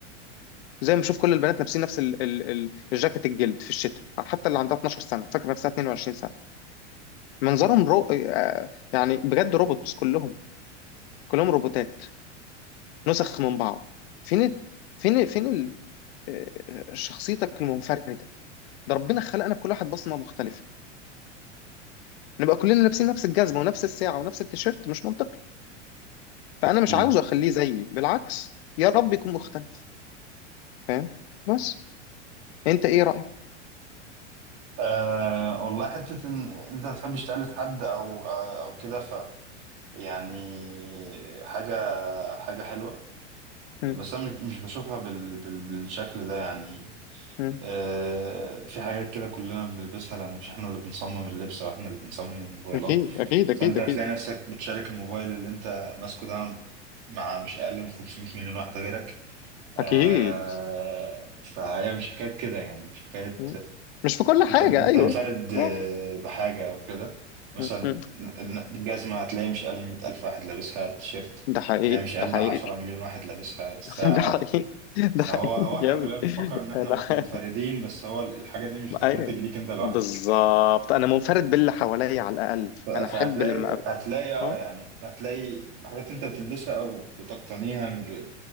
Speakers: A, on the left; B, on the right.
A: زي ما بشوف كل البنات لابسين نفس ال ال ال الجاكيت الجلد في الشتاء حتى اللي عندها 12 سنه فاكره نفسها 22 سنه منظرهم رو... آه، يعني بجد روبوتس كلهم كلهم روبوتات نسخ من بعض فين ال- فين ال- فين ال... آه، شخصيتك المنفرده ده ربنا خلقنا بكل واحد بصمه مختلفه نبقى كلنا لابسين نفس الجزمه ونفس الساعه ونفس التيشيرت مش منطقي فانا مش
B: مم.
A: عاوزه اخليه زيي بالعكس يا رب يكون مختلف فاهم بس انت ايه رايك
B: أه والله حتة إن أنت ما بتحبش تقلد حد أو آه، أو كده ف يعني حاجة حاجة حلوة
A: مم.
B: بس أنا مش مش بشوفها بال بال بالشكل ده يعني
A: مم.
B: أه في حاجات كده كلنا بنلبسها لأن مش إحنا اللي بنصمم اللبس أو إحنا اللي بنصمم الموبايلات
A: اكيد اكيد اكيد
B: فأنت
A: اكيد
B: هتلاقي نفسك بتشارك الموبايل اللي أنت ماسكه ده مع مش أقل من 500 مليون واحد غيرك أه
A: اكيد
B: فهي مش حكاية كده يعني مش حكاية
A: مم. مش في كل حاجه
B: انت بتنفرد
A: ايوه
B: آه،
A: مم.
B: بحاجة او كده مثلا
A: مم.
B: ن- ن- الجزمة هتلاقي مش اقل من 100 الف واحد لابسها التيشيرت
A: ده حقيقي
B: تلاقي مش اقل
A: ده حقيقي
B: 10 مليون واحد لابسها الساعة
A: <laughs> ده حقيقي ده حقيقي
B: فهو هو
A: جامد
B: احنا كلنا بنفكر ان احنا
A: انا
B: منفردين بس هو الحاجة دي مش
A: <laughs>
B: بتتنتج
A: ايوه
B: ليك انت لوحدك
A: بالظبط انا منفرد باللي حواليا على الاقل
B: ف- فهتلاقي
A: انا احب لما أبقى.
B: هتلاقي اه
A: آه.
B: يعني هتلاقي الحاجات انت بتلبسها او بتقتنيها من